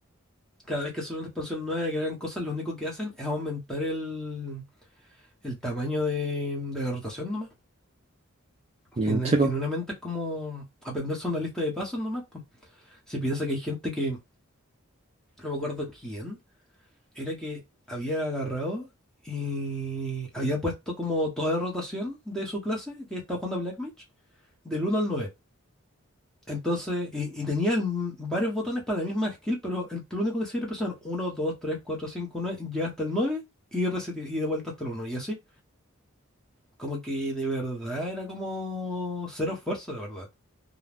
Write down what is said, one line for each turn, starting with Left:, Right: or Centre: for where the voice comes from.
Centre: cada vez que sale una expansión nueva y que hagan cosas, lo único que hacen es aumentar el, el tamaño de, de la rotación nomás.
Right: Mm,
Centre: Genu-
Right: Sí, po.
Centre: Genuinamente es como aprenderse una lista de pasos nomás. po. Si piensas que hay gente que, no me acuerdo quién, era que había agarrado y había puesto como toda la rotación de su clase que estaba jugando a Black Mage, del uno al nueve Entonces, y, y tenía el varios botones para la misma skill, pero el, lo único que sirve presionar uno, 2, 3, 4, 5, 9, llega hasta el 9 y, reseti- y de vuelta hasta el uno Y así, como que de verdad era como cero esfuerzo, la verdad.